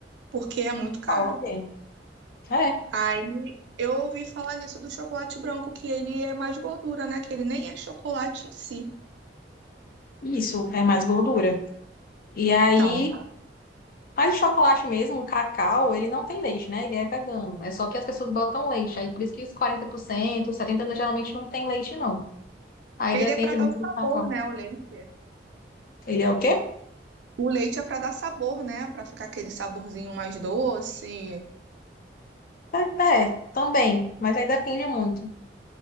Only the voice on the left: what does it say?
Top. É,
isso, é mais gordura. E aí,
mas o chocolate mesmo, o cacau, ele não tem leite, né? Ele é vegano. É só que as pessoas botam leite. Aí por isso que os 40%, 70% geralmente não tem leite, não. Aí
depende
muito
do cacau.
Ele é o quê?
É, é, também. Mas aí depende muito